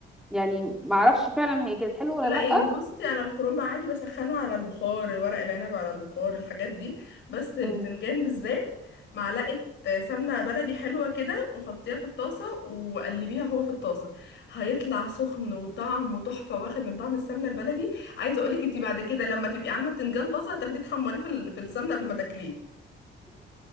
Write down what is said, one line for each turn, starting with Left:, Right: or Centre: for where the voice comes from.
Centre: يعني ما اعرفش فعلا هي كانت حلوه ولا
Left: لا يعني بصي انا الكرنب عادي بسخنه على البخار ورق العنب على البخار الحاجات دي بس البتنجان
Centre: لا
Left: بالذات معلقه سمنه بلدي حلوه كده وحطيها في الطاسه وقلبيها هو في الطاسه هيطلع سخن وطعمه تحفه واخد من طعم السمنه البلدي عايزه اقولك انت بعد كده لما تبقي عامله بتنجان طازه هتاخديه تحمريه في ال- في السمنه قبل ما تاكليه